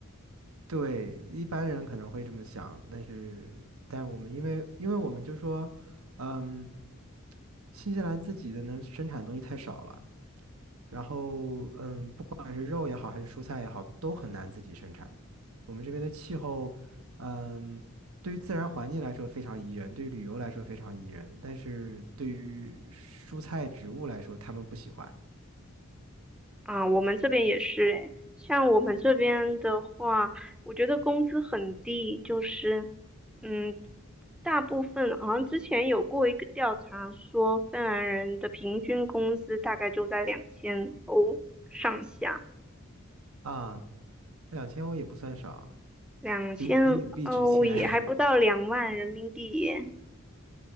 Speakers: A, on the right; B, in the centre.
A: 对，一般人可能会这么想，但是，但我们因为，因为我们就说，嗯，新西兰自己的能生产的东西太少了，然后，嗯，不管是肉也好，还是蔬菜也好，都很难自己生产。我们这边的气候，嗯，对于自然环境来说非常宜人，对于旅游来说非常宜人，但是对于蔬菜植物来说，他们不喜欢
B: 啊，我们这边也是诶，像我们这边的话，我觉得工资很低，就是，嗯，大部分好像之前有过一个调查说，芬兰人的平均工资大概就在两千欧上下，
A: 啊。两千欧也不算少，
B: 两千欧也还不到两万人民币，
A: 比比纽币值钱。